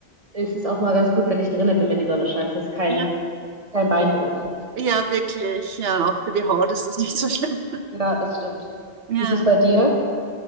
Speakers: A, on the right; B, on the right.
A: es ist auch mal ganz gut, wenn ich drinnen bin, wenn die Sonne scheint. Es ist kein,
B: Ja.
A: kein Beinbruch.
B: Ja, wirklich. Ja, auch für die Haut ist das nicht so <laughs> schlimm.
A: Ja, das stimmt.
B: Ja.
A: Wie ist es bei dir?